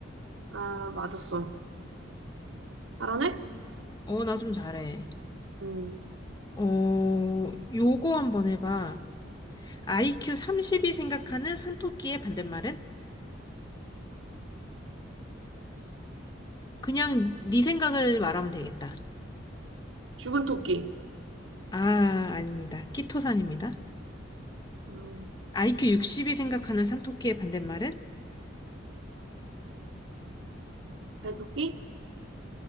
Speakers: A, on the right; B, on the left.
A: 아, 맞았어.
B: 음.
A: 잘하네?
B: 어, 나 좀 잘해.
A: 음,
B: 어, 요거 한번 해봐. IQ 30이 생각하는 산토끼의 반대말은? 그냥 네 생각을 말하면 되겠다.
A: 죽은 토끼.
B: 아, 아닙니다. 키토산입니다.
A: 음,
B: IQ 60이 생각하는 산토끼의 반대말은?
A: 잘 토끼?